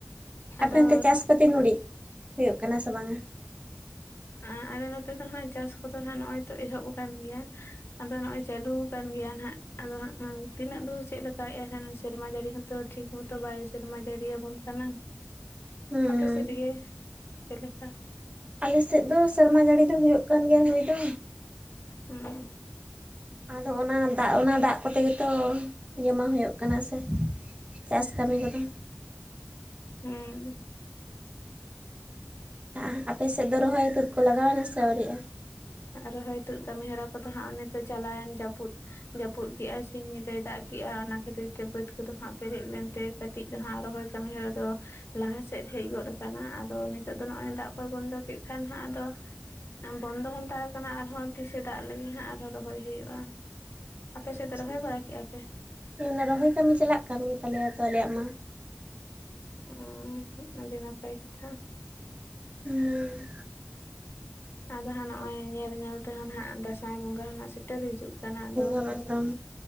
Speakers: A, on the left; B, on the right.
A: ᱟᱫᱚ
B: ᱟᱯᱮᱱᱛᱮ ᱪᱟᱥ ᱠᱟᱹᱛᱤ ᱱᱲᱤᱡ ᱦᱩᱭᱩᱜ ᱠᱟᱱᱟ, ᱥᱮ ᱵᱟᱝᱟ?
A: ᱟᱸ ᱟᱞᱮ ᱱᱚᱛᱮ ᱫᱚ ᱦᱟᱸᱜ ᱪᱟᱥ ᱠᱚᱫᱚ ᱦᱟᱸᱜ ᱱᱚᱜᱼᱚᱭ ᱛᱚ ᱮᱦᱚᱵ ᱟᱠᱟᱱ ᱜᱮᱭᱟ᱾ ᱟᱫᱚ ᱱᱚᱜᱼᱚᱭ ᱪᱟᱹᱞᱩᱣ ᱠᱟᱱ ᱜᱮᱭᱟ ᱦᱟᱸᱜ ᱟᱫᱚ ᱛᱤᱱᱟᱹᱜ ᱫᱚ ᱪᱮᱜ ᱮᱦᱮᱱ ᱥᱮᱨᱢᱟ ᱡᱟᱹᱲᱤ ᱦᱚᱸᱛᱚ ᱴᱷᱤᱠ ᱢᱚ ᱛᱚ ᱵᱟᱭ ᱥᱮᱨᱢᱟ ᱡᱟᱹᱲᱤᱭᱟᱵᱚᱱ ᱠᱟᱱᱟ?
B: ᱦᱩᱸ
A: ᱟᱯᱮ ᱥᱮᱫ ᱜᱮ ᱪᱮᱜ ᱞᱮᱠᱟ?
B: ᱟᱞᱮᱥᱮᱫ ᱫᱚ ᱥᱮᱨᱢᱟ ᱡᱟᱹᱲᱤ ᱫᱚ ᱦᱩᱭᱩᱜ ᱠᱟᱱ ᱜᱮᱭᱟ ᱦᱩᱭ ᱫᱚ᱾
A: ᱩᱸ
B: ᱟᱫᱚ ᱚᱱᱟ ᱫᱟᱜ ᱚᱱᱟ ᱫᱟᱜ ᱠᱚᱛᱮ ᱜᱮᱛᱚ ᱡᱚᱢᱟ ᱦᱩᱭᱩᱜ ᱠᱟᱱᱟ ᱥᱮ ᱪᱟᱥ ᱠᱟᱹᱢᱤ ᱠᱚᱫᱚ
A: ᱦᱩᱸ
B: ᱟ ᱟᱯᱮ ᱥᱮᱫ ᱫᱚ ᱨᱚᱦᱚᱭ ᱛᱩᱫ ᱠᱚ ᱞᱟᱜᱟᱣᱱᱟ ᱥᱮ ᱟᱹᱣᱨᱤᱜᱼᱟ?
A: ᱟᱨ ᱨᱚᱦᱚᱭ ᱛᱩᱫ ᱠᱟᱹᱢᱤᱦᱚᱨᱟ ᱠᱚᱫᱚ ᱦᱟᱸᱜ ᱚᱱᱮᱛᱚ ᱪᱟᱞᱟᱣᱮᱱ ᱡᱟᱹᱯᱩᱫ ᱡᱟᱹᱯᱩᱫ ᱠᱮᱜᱟᱭ ᱥᱤᱧ ᱧᱤᱫᱟᱹᱭ ᱫᱟᱜ ᱠᱮᱜᱼᱟ ᱚᱱᱟ ᱠᱷᱟᱹᱛᱤᱨ ᱛᱮ ᱵᱟᱹᱫᱽ ᱠᱚᱫᱚ ᱦᱟᱸᱜ ᱯᱮᱨᱮᱡ ᱞᱮᱱᱛᱮ ᱠᱟᱹᱴᱤᱡ ᱫᱚᱟᱸᱜ ᱟᱨ ᱨᱚᱦᱚᱭ ᱠᱟᱹᱢᱤ ᱦᱚᱨᱟ ᱫᱚ᱾ ᱞᱟᱦᱟᱥᱮᱫ ᱦᱮᱡ ᱜᱚᱫ ᱠᱟᱱᱟ ᱟᱫᱚ ᱱᱤᱛᱚᱜ ᱫᱚ ᱱᱚᱜᱼᱚᱭ ᱫᱟᱜ ᱠᱚᱭ ᱵᱚᱱᱫᱚ ᱠᱮᱫ ᱠᱷᱟᱱ ᱦᱟᱸᱜ ᱟᱫᱚ ᱵᱚᱱᱫᱚ ᱦᱟᱛᱟᱲ ᱠᱟᱱᱟ ᱟᱨᱦᱚᱸ ᱛᱤᱥᱮ ᱫᱟᱜ ᱞᱮᱜᱤ ᱦᱟᱸᱜ ᱟᱨᱦᱚᱸ ᱨᱚᱦᱚᱭ ᱦᱩᱭᱩᱜᱼᱟ᱾ ᱟᱯᱮ ᱥᱮᱫ
B: ᱟᱪᱪᱷᱟᱸ
A: ᱫᱚ ᱨᱚᱦᱚᱭ ᱵᱟᱲᱟ ᱠᱮᱜᱼᱟ ᱯᱮ
B: ᱚᱱᱟ ᱨᱚᱦᱚᱭ ᱠᱟᱹᱢᱤ ᱪᱟᱞᱟᱜ ᱠᱟᱱ ᱜᱮ ᱛᱟᱞᱮᱭᱟ ᱛᱚ ᱟᱞᱮᱭᱟᱜ ᱢᱟ
A: ᱚᱸ ᱟᱹᱰᱤ ᱱᱟᱯᱟᱭ ᱠᱟᱛᱷᱟ
B: ᱢᱩᱸ
A: ᱟᱫᱚ ᱦᱟᱸᱜ ᱱᱚᱜᱼᱚᱭ ᱧᱮᱞ ᱧᱮᱞ ᱛᱮᱦᱚᱸ ᱱᱟᱦᱟᱜ ᱫᱟᱸᱥᱟᱭ ᱵᱚᱸᱜᱟ ᱦᱚᱸ ᱱᱟᱜ ᱥᱮᱴᱮᱨ ᱦᱤᱡᱩᱜ ᱠᱟᱱᱟ ᱟᱫᱚ
B: ᱥᱟᱢᱟᱱᱰᱚᱴ